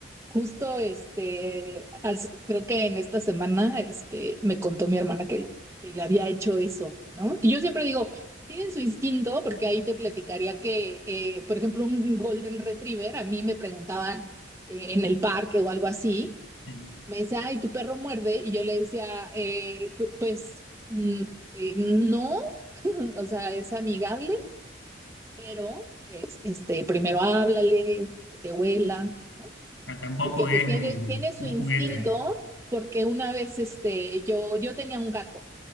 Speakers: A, on the right; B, on the left.
A: Justo, este, as- creo que en esta semana, este, me contó mi hermana que, que le había hecho eso, ¿no? Y yo siempre digo, tienen su instinto, porque ahí te platicaría que, eh, por ejemplo, un Golden Retriever, a mí me preguntaban eh, en el parque o algo así,
B: Sí.
A: me decía, ay, tu perro muerde, y yo le decía, eh, "Pu- pues, mm, eh, no, <laughs> o sea, es amigable, pero, pues, este, primero háblale, que te huela. ¿no?
B: Pero tampoco
A: porque
B: es
A: pues tiene,
B: un,
A: tiene su
B: un
A: instinto,
B: juguete.
A: porque una vez este, yo, yo tenía un gato.